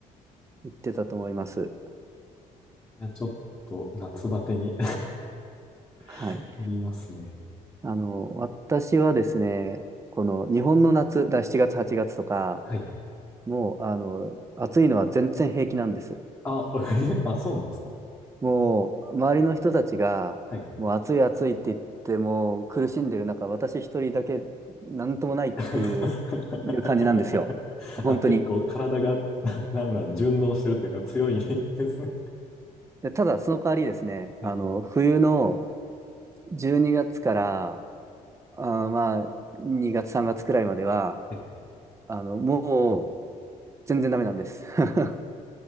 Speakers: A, on the right; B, on the left.
A: いってたと思います。
B: いや、ちょっと夏バテに
A: はい。
B: <laughs> なりますね。
A: あの、私はですね、この日本の夏、だ7月、8月とか、
B: はいはいはい。
A: もう、あの、暑いのは全然平気なんです。
B: あ、<laughs> あ、そうなんですね。
A: もう、周りの人たちが、
B: はい。
A: もう暑い暑いって言って、もう苦しんでる中、私一人だけなんともないっていう、
B: <laughs>
A: いう感じなんですよ。本当に。
B: あ、結構体が、<laughs> な、なんなん、順応してるというか強いですね。
A: で、ただ、その代わりですね、
B: はい。
A: あの、冬の12月から、あーまあ、2月、3月くらいまでは、
B: はいはいはい。
A: あの、もう、全然ダメなんです。<laughs>